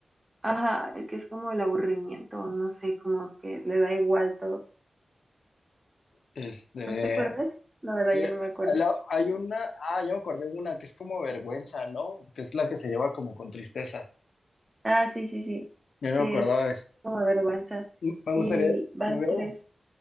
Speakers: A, on the right (about 15°); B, on the left (about 80°).
A: Ajá, el que es como el aburrimiento, no sé, como que le da igual todo.
B: Este,
A: ¿No te acuerdas? La verdad,
B: Sí,
A: yo no me acuerdo.
B: la- hay una, ah, ya me acordé de una que es como vergüenza, ¿no? Que es la que se lleva como con tristeza.
A: Ah, sí, sí, sí.
B: ya
A: Sí,
B: no me acordaba
A: es
B: de eso.
A: como vergüenza.
B: M- Me
A: Y
B: gustaría,
A: van
B: me hubiera,
A: tres.